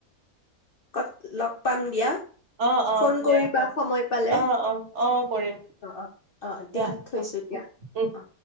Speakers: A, on the left (about 40°); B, on the right (about 50°).
A: ক'ত লগ পাম দিয়া
B: অ', অ',
A: ফোন
B: দিয়া
A: কৰিবা
B: হ'ব,
A: সময় পালে
B: অ', অ', অ', কৰিম
A: অ অ অ
B: দিয়া
A: থৈছো
B: উ,
A: দিয়া
B: উ, উম।
A: অ